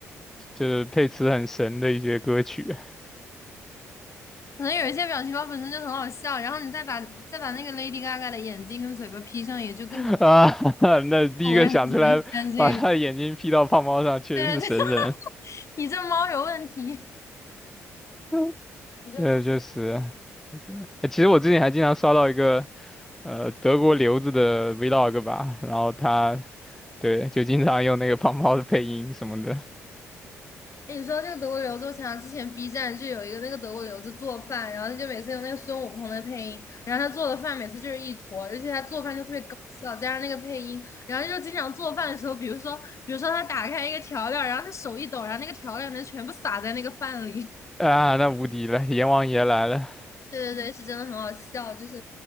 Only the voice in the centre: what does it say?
就是配词很神的一些歌曲
<laughs> 啊。<laughs> 那第一个想出来把他的眼睛
P 到胖猫上，确实是神人。
<laughs>
对，就是，确实。哎其实我之前还经常刷到一个。呃德国留子的 vlog 吧，然后他对就经常用那个胖猫的配音什么的
啊，那无敌了，阎王爷来了，